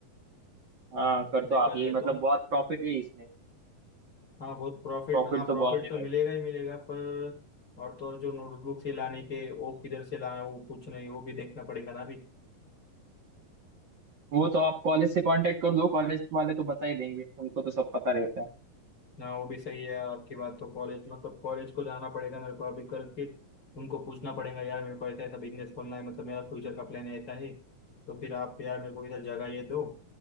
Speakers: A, on the right (about 60°); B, on the left (about 40°).
A: हाँ कर दो
B: देखा
A: आप ये
B: जाए
A: मतलब
B: तो
A: बहुत प्रॉफिट है इसमें
B: हाँ बहुत प्रॉफिट
A: प्रॉफिट
B: हाँ
A: तो
B: प्रॉफिट
A: बहुत है
B: तो
A: भाई
B: मिलेगा ही मिलेगा पर और तो और जो नोटबुक से लाने के वो किधर से लाए वो कुछ नहीं वो भी देखना पड़ेगा ना अभी
A: वो तो आप कॉलेज से कांटेक्ट कर लो कॉलेज वाले तो बता ही देंगे उनको तो सब पता रहता है
B: ना वो भी सही है आपकी बात तो कॉलेज मतलब कॉलेज को जाना पड़ेगा मेरे को अभी कल फिर उनको पूछना पड़ेगा यार मेरे को ऐसा ऐसा बिजनेस खोलना है मतलब मेरा फ्यूचर का प्लान ऐसा है तो फिर आप यार मेरे को इधर जगह ये दो